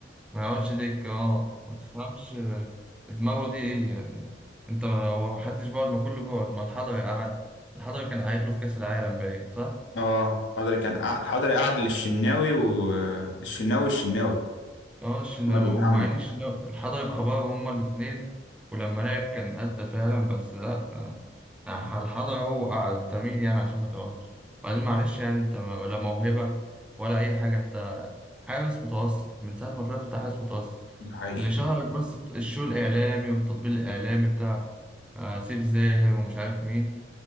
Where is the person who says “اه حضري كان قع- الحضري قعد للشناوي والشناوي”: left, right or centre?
Left